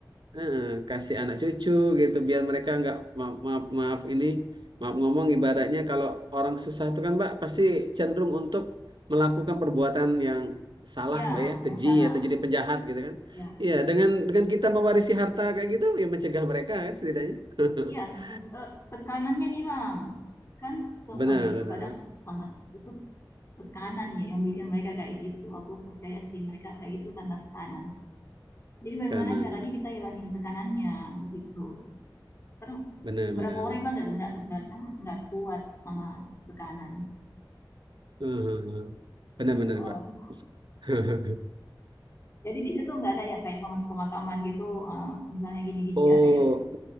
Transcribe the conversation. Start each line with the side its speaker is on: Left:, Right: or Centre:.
Right: heeh, kasih anak cucu gitu biar mereka nggak maaf, maaf maaf ini maaf ngomong ibaratnya kalau orang susah tuh kan Mbak pasti cenderung untuk melakukan perbuatan yang salah
Left: Ya,
Right: Mbak ya, keji
Left: yang salah.
Right: atau jadi penjahat gitu kan.
Left: Ya,
Right: Iya, dengan dengan kita mewarisi harta kayak gitu ya mencegah mereka kan setidaknya.
Left: ya
Right: <laughs>
Left: s- s- eh, tekanannya hilang. Kan semuanya
Right: Benar,
Left: itu
Right: benar.
Left: kadang sama, itu tekanan ya yang bikin mereka kayak gitu. Aku percaya sih mereka kayak gitu karena tekanan. Jadi bagaimana
Right: Kanan.
Left: caranya kita hilangin tekanannya gitu. Karena
Right: Benar,
Left: beberapa
Right: benar,
Left: orang
Right: benar.
Left: emang nggak nggak nggak ah, nggak kuat sama tekanan.
Right: Eh, eh, eh. Benar, benar,
Left: Oh,
Right: Mbak. <laughs>
Left: jadi di situ nggak ada ya kayak pemakaman gitu, eh, misalnya gini-gini
Right: Oh,
Left: nggak ada ya